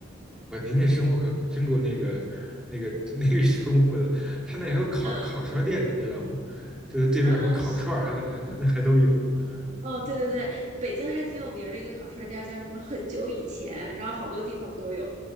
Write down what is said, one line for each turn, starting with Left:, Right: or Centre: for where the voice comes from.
Centre: 我您那生活可真够那个那个那个丰富的，他那还有烤烤串店，
Right: <laughs> 嗯
Centre: 你知道吗？就是对面什么烤串儿还还还都有，
Right: 嗯，是哦，对对对，
Centre: 嗯。
Right: 北京还挺有名儿的一个烤串儿家叫什么？很久以前，然后好多地方都有。